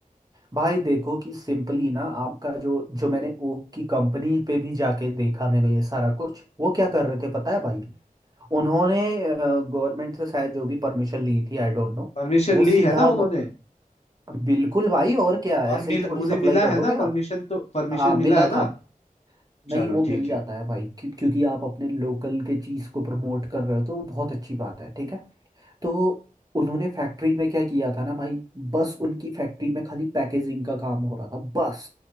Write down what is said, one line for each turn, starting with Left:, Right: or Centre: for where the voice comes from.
Right: भाई देखो कि सिंपली ना आपका जो जो मैंने ओक की कंपनी पे भी जाके देखा मैंने ये सारा कुछ वो क्या कर रहे थे पता है भाई उन्होंने गवर्नमेंट से शायद जो भी परमिशन ली थी आई डोंट नो
Left: परमिशन
Right: वो
Left: ली
Right: सीधा
Left: है ना
Right: व-
Left: उन्होंने
Right: बिल्कुल भाई और क्या
Left: और
Right: ऐसे
Left: मिल
Right: ही थोड़ी
Left: उन्हें
Right: सप्लाई
Left: मिला
Right: कर
Left: है
Right: दोगे
Left: ना परमिशन
Right: आप
Left: तो परमिशन
Right: हाँ मिला
Left: मिला है
Right: था
Left: ना
Right: नहीं
Left: चलो
Right: वो मिल
Left: ठीक
Right: जाता
Left: है
Right: है भाई क्यों, क्योंकि आप अपने लोकल के चीज़ को प्रमोट कर रहे हो तो वो बहुत अच्छी बात है ठीक है तो उन्होंने फैक्ट्री में क्या किया था ना भाई बस उनकी फैक्ट्री में खाली पैकेजिंग का काम हो रहा था बस